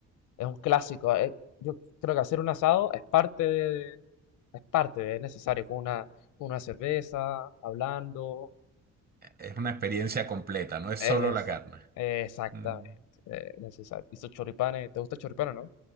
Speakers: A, on the left; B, on the right.
A: es un clásico. eh, yo creo que hacer un asado es parte de, es parte de- es necesario con una con una cerveza, hablando.
B: Es una experiencia completa, no es
A: Esa-
B: solo la carne.
A: exactamente,
B: Mm,
A: eh, necesario. Y sus choripanes, ¿te gusta el choripán, o no?